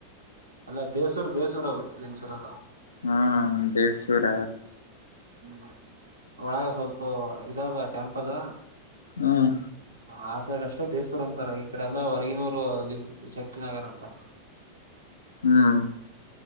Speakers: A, on the right; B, on the left.
A: ಅಲ್ಲ ದೇಸೂರ್ ದೇಸೂರ್ ಅದು <unintelligible>
B: ಹಾ ದೇಶಸುರ
A: ಹ್ಮ್ ಒಳಗೆ ಸ್ವಲ್ಪ ಇದಾಗ ಟೆಂಪಲ್.
B: ಹ್ಮ್
A: ಆ ಅಷ್ಟೇ ದೇಸೂರ್ ಅಂತಾರ ಈ ಕಡೆ ಎಲ್ಲ ಹೊರಗಿನೂರು ಲಿಂಗ ಶಕ್ತಿನಗರ ಅಂತಾರ.
B: ಹ್ಮ್